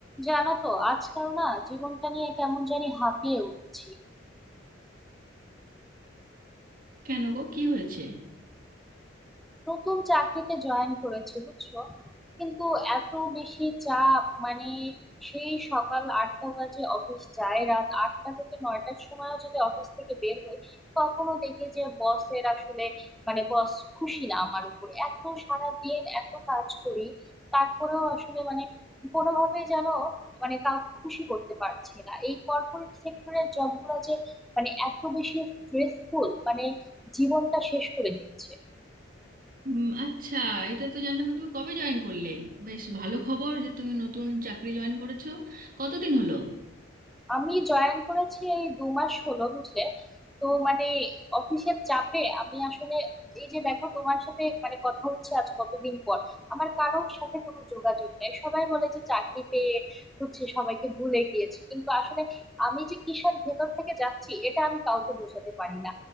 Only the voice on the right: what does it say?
কেন গো কি হয়েছে
উম, আচ্ছা এটা তো জানতাম না তুমি কবে জয়েন করলে বেশ ভালো খবর যে তুমি নতুন চাকরি জয়েন করেছো কতদিন হলো